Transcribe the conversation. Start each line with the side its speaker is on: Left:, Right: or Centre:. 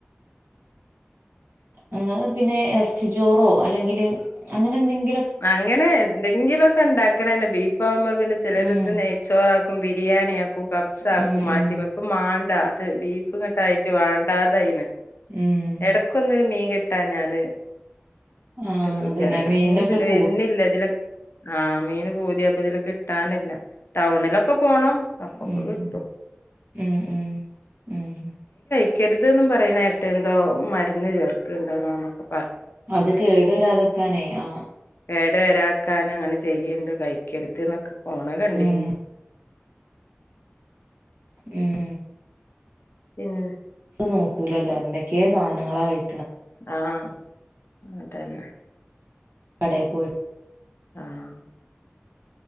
Right: ഞങ്ങള് പിന്നെ ഇറച്ചി ചോറോ അല്ലെങ്കിൽ അങ്ങനെ എന്തെങ്കിലു
Left: അങ്ങനെ എന്തെങ്കിലുമൊക്കെ ഉണ്ടാക്കണന്നെ ബീഫാവുമ്പോ പിന്നെ ചില
Right: ഉം
Left: ദിവസം നെയ്ച്ചോറാക്കും- ബിരിയാണി യാക്കും കബ്സ ആക്കും
Right: ഉം
Left: മാറ്റി
Right: ഉം
Left: വക്കും മേണ്ടാ അത് ബീഫ് ഇങ്ങട് ആയിട്ട് വേണ്ടതായിണ്
Right: ഉം
Left: ഇടക്ക് ഒന്നൊരു മീൻ കിട്ടാഞ്ഞാല്
Right: ആഹ്
Left: ഒരു സുഖല്ല
Right: അതന്നെ മീനൊക്കെ
Left: മീൻ
Right: ഇപ്പോ
Left: വരുന്നില്ല ഇതിനോക്ക് ആഹ് മീന് പൂതിയപ്പതില് കിട്ടാനില്ല ടൗണിലൊക്കെ പോണം അപ്പൊക്കെ
Right: ഉം
Left: കിട്ടും
Right: ഉം ഉം ഉം
Left: ക്കരുതുന്ന് പറയിനീട്ട് എന്തോ മരുന്ന് ചേർക്കുണ്ടോന്നൊക്കെ
Right: അത് കേടുവരാതിരിക്കാനെ ആ
Left: കേട് വരാക്കാനും അങ്ങനെ ചെയ്യുണ്ട് കഴിക്കരുത് എന്നൊക്കെ പോണ കണ്ടേന്
Right: ഉം ഉം
Left: പിന്നെ
Right: നോക്കൂല്ലല്ലോ എന്തൊക്കെയൊ സാധനങ്ങളാ കഴിക്
Left: ആഹ് അതന്നെ
Right: കടേ പോയി
Left: ആഹ്